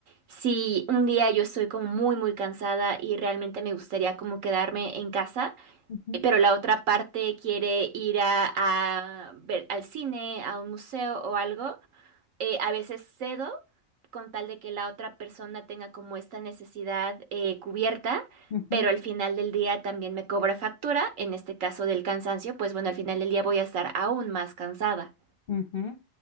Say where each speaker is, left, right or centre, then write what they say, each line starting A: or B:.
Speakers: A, on the right; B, on the left.
A: si un día yo estoy como muy, muy cansada y realmente me gustaría como quedarme en casa,
B: ujú,
A: pero la otra parte quiere ir a, a ver al cine, a un museo o algo eh, a veces cedo con tal de que la otra persona tenga como esta necesidad eh, cubierta,
B: ujú.
A: pero al final del día también me cobra factura, en este caso del cansancio, pues bueno, al final del día voy a estar aún más cansada.
B: Ujú.